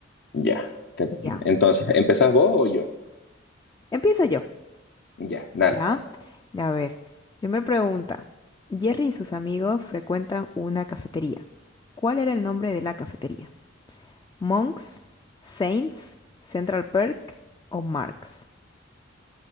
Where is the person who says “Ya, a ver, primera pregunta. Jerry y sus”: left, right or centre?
Left